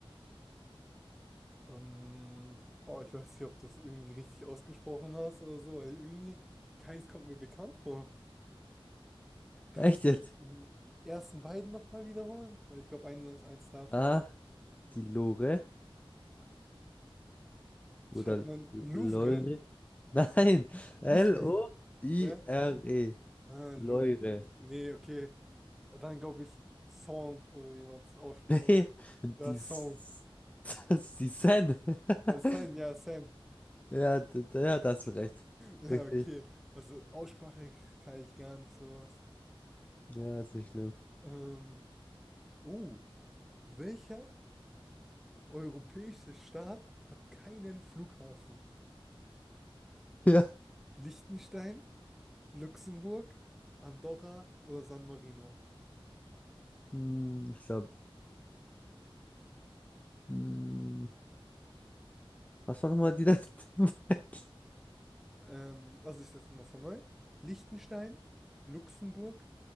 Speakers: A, in the centre; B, on the left.
A: Ähm, boah, ich weiß nicht, ob du es irgendwie richtig ausgesprochen hast oder so, weil irgendwie keins kommt mir bekannt vor. Kannst
B: <laughs> Echt
A: du
B: jetzt?
A: den ersten beiden nochmal wiederholen? Weil ich glaube, einer ist eins davon.
B: A. die Loire oder
A: Schreibt man Louvre,
B: Loire? <laughs> Nein, L-O-I-R-E.
A: nicht Louvre. Ja? Ah, Lou-
B: Loire. <laughs>
A: Nee, okay. Dann glaube ich Song oder wie man es ausspricht.
B: Nee, die,
A: Ja, Song.
B: S- <laughs> das ist die Seine.
A: Dann
B: <laughs>
A: Sam, ja, Sam.
B: Ja, d- d- ja, das hast du recht.
A: Ja,
B: Richtig.
A: okay. Also Aussprache kann ich gar nicht sowas.
B: Ja, ist nicht schlimm.
A: Ähm, oh, welcher europäische Staat hat keinen Flughafen?
B: Ja.
A: Liechtenstein, Luxemburg, Andorra oder San Marino?
B: Hm, ich glaube, hm, was war nochmal die <laughs> letzte? Frage?
A: Ähm, also ich sag's nochmal von neu. Liechtenstein, Luxemburg,